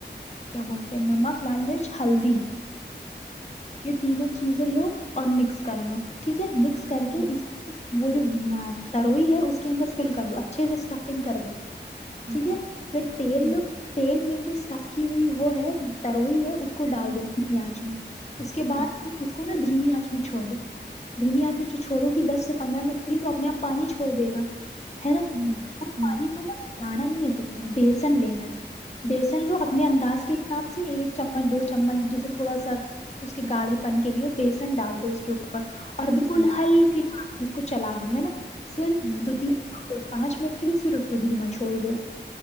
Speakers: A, on the left; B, on the right.
A: کیا بولتے نمک لال مرچ ہلدی یہ تینوں چیزیں لو اور مکس کر لو ٹھیک ہے مکس کر
B: ہوں
A: کے اس کو وہ جو تروئی ہے اس کے اندر فل کر دو اچھے سے اسٹفنگ کر دو
B: ہاں
A: ٹھیک ہے پھر تیل
B: ہوں
A: لو تیل میں جو اسٹف کی ہوئی وہ ہے تروئی ہے اس کو ڈال
B: ہوں
A: دو پیاچ میں اس کے بعدھر
B: اچھا
A: اس کو نا دھیمی آنچ میں چھوڑ دو دھیمی آنچ میں چھوڑو گی دس سے پندرہ منٹ کے لیے تو اپنے آپ پانی چھوڑ دے گا ہے نا
B: ہوں
A: اس
B: ہوں
A: پانی کو نا بلانا نہیں ہے تمہیں بیسن لینا ہے بیسن لو اپنے انداز کے حساب سے ایک چمچ دو چمچ جیسے تھوڑا سا اس کے گھے پن کے لیے بیسن ڈال دو اس کے اوپر اور بالکل
B: ہوں
A: ہلکی ہ اس کو چلا دوں ہے نا پر
B: ہوں
A: دو تین اور پانچ منٹ کے لیے پھر اس کو دھیما چھوڑ دو